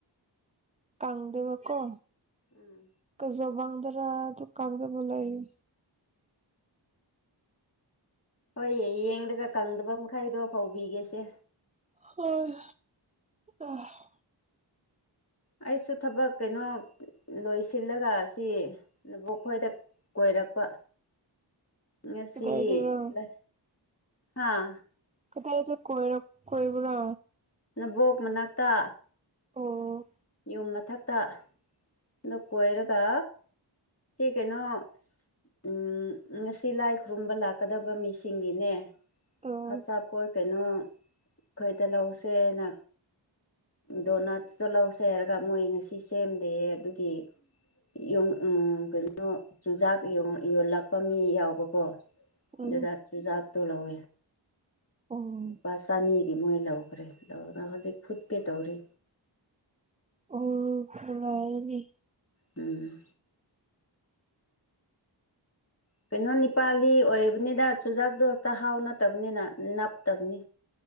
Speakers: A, on the right (about 15°); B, on the left (about 35°).
A: ꯀꯪꯗꯕꯀꯣ
B: ꯎꯝ
A: ꯀꯖꯣꯕꯪꯗ ꯔꯥ ꯗꯨ ꯀꯪꯗꯕ ꯂꯩꯑꯦ
B: ꯍꯣꯏ ꯌꯦꯡꯔꯒ ꯀꯪꯗꯕ ꯃꯈꯩꯗꯣ ꯐꯧꯕꯤꯒꯦꯁꯦ
A: ꯍꯣꯏ ꯑꯥꯍ
B: ꯑꯩꯁꯨ ꯊꯕꯛ ꯀꯩꯅꯣ ꯂꯣꯏꯁꯤꯜꯂꯒ ꯑꯁꯤ ꯅꯕꯣꯛ ꯈꯣꯏꯗ ꯀꯣꯏꯔꯛꯄ ꯉꯁꯤ
A: ꯀꯗꯥꯏꯗꯔ
B: ꯂ ꯍꯥꯥ
A: ꯀꯗꯥꯏꯗ ꯀꯣꯏꯔꯛ ꯀꯣꯏꯕꯔꯥ
B: ꯅꯕꯣꯛ ꯃꯅꯥꯛꯇ
A: ꯑꯣ
B: ꯌꯨꯝ ꯃꯊꯛꯇ <unintelligible> ꯅ ꯀꯣꯏꯔꯒ ꯁꯤ ꯀꯩꯅꯣ ꯎꯝ ꯉꯁꯤ ꯂꯥꯏ ꯈꯨꯔꯨꯝꯕ ꯂꯥꯛꯀꯗꯕ ꯃꯤꯁꯤꯡꯒꯤꯅꯦ
A: ꯑꯣ
B: ꯑꯆꯥꯄꯠ ꯀꯩꯅꯣ ꯑꯩꯈꯣꯏꯗ ꯂꯧꯁꯦꯅ ꯗꯣꯅꯠꯁꯇ ꯂꯧꯁꯦ ꯁꯔꯒ ꯃꯣꯏ ꯉꯁꯤ ꯁꯦꯝꯗꯦ ꯑꯗꯨꯒꯤ ꯎ ꯀꯩꯅꯣ ꯆꯨꯖꯥꯛ ꯌꯣꯜꯂꯛꯄ ꯃꯤ ꯌꯥꯎꯕꯀꯣ
A: ꯎꯝ
B: ꯗ ꯆꯖꯕ ꯊꯣ ꯂꯧ
A: ꯑꯣ
B: ꯂꯨꯄꯥ ꯆꯅꯤꯒꯤ ꯃꯣꯏ ꯂꯧꯈ꯭ꯔꯦ ꯂꯧꯗꯅ ꯍꯧꯖꯤꯛ ꯐꯨꯠꯀꯦ ꯇꯧꯔꯤ
A: ꯑꯣ ꯂꯉꯅꯤ
B: ꯎꯝ ꯀꯩꯅꯣ ꯅꯤꯄꯥꯂꯤ ꯑꯣꯏꯕꯅꯤꯅ ꯆꯨꯖꯥꯛꯇꯣ ꯆꯥꯛꯍꯥꯎ ꯅꯠꯇꯕꯅꯤꯅ ꯅꯞꯇꯕꯅꯤ